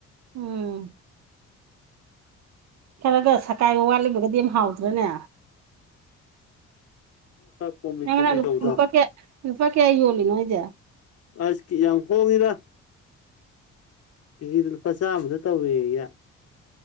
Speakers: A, on the right; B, on the left.
A: ꯎꯝ ꯈꯔ ꯒ ꯁꯥꯠꯀꯥꯏꯕ ꯋꯥꯠꯂꯒꯕꯨꯗꯤ ꯑꯌꯨꯝ ꯍꯥꯎꯇ꯭ꯔꯥꯅꯦ
B: ꯈꯔ ꯄꯣꯝꯂꯤ
A: ꯅꯪ
B: ꯄꯣꯝꯂꯤ
A: ꯉꯔꯥꯡ ꯂꯨꯞ
B: ꯇꯧꯕꯗꯣ
A: ꯂꯨꯄꯥ ꯀꯌꯥ ꯂꯨꯄꯥ ꯀꯌꯥ ꯌꯣꯜꯂꯤꯅꯣ ꯍꯥꯏꯖꯦ
B: ꯑꯁ ꯀ꯭ꯌꯥꯝ ꯍꯣꯡꯉꯤꯗꯥ ꯀꯦꯖꯤꯗ ꯂꯨꯄꯥ ꯆꯥꯝꯃꯗ ꯇꯧꯋꯦꯌꯦ